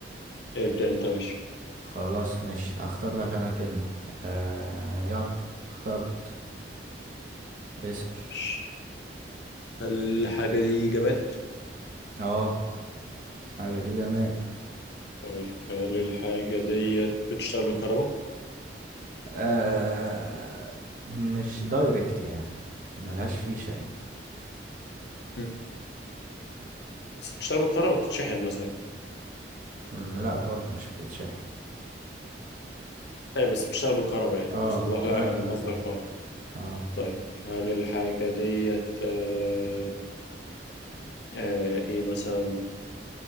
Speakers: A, on the left; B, on the right.
A: ابدأ انت ماشي
B: خلاص ماشي هختار لك انا كلمة آه يلا اخترت اسأل
A: ماشي. هل الحاجة دي جماد؟
B: اه حاجة دي جماد
A: طيب هل الحاجة ديت بتشتغل بالكهرباء؟
B: آه مش دايركت يعني ملهاش فيشة يعني
A: مم. بس بتشتغل بالكهرباء بتتشحن مثلا يعني.
B: مم، لا برضو مش بتتشحن
A: ايه بس بتشتغل بالكهرباء يعني
B: اه
A: بيوصل لها
B: ايوه
A: آه، مصدر
B: ايوه
A: كهرباء
B: اه
A: طيب هل الحاجة ديت آه آه ايه مثلا